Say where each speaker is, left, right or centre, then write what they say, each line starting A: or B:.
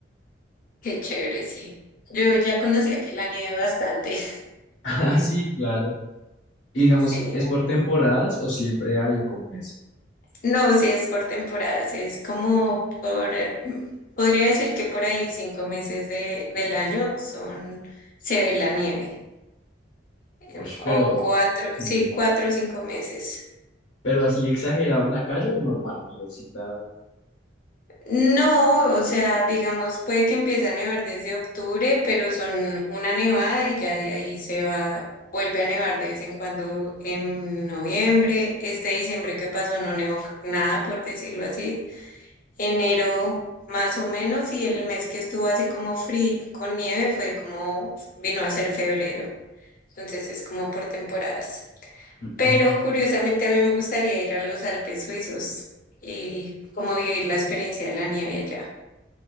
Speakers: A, on the left; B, on the left.
A: Qué chévere, sí. Yo ya conocí aquí la nieve bastante.
B: Ah, sí, claro. Y digamos,
A: <laughs>
B: ¿es
A: Sí.
B: por temporadas o siempre hay o cómo es?
A: No, si es por temporadas, es como por, podría decir que por ahí cinco meses de, del año son, se ve la nieve, em,
B: Uy, pero,
A: o cuatro,
B: mm,
A: sí, cuatro o cinco meses.
B: pero así exagerado en la calle o normal, nievecita.
A: No, o sea, digamos, puede que empiece a nevar desde octubre, pero son una nevada y ya de ahí se va, vuelve a nevar de vez en cuando en noviembre. Este diciembre que pasó no nevó nada, por decirlo así. enero más o menos y el mes que estuvo así como frío con nieve fue como vino a ser febrero. Entonces es como por temporadas. Pero
B: Mm,
A: curiosamente a mí me gustaría ir a los Alpes suizos y como vivir la experiencia de la nieve allá.